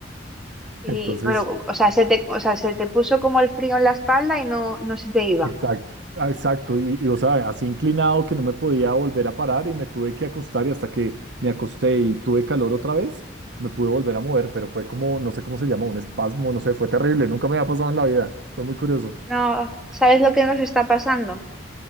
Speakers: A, in the centre; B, on the right.
A: Y,
B: Entonces,
A: pero, o sea, se te, o sea, se te puso como el frío en la espalda y no, no se te iba.
B: Exacto, ah, exacto. Y, y, o sea, así inclinado que no me podía volver a parar y me tuve que acostar y hasta que me acosté y tuve calor otra vez, me pude volver a mover, pero fue como, no sé cómo se llama, un espasmo, no sé, fue terrible, nunca me había pasado en la vida, fue muy curioso.
A: No, ¿sabes lo que nos está pasando?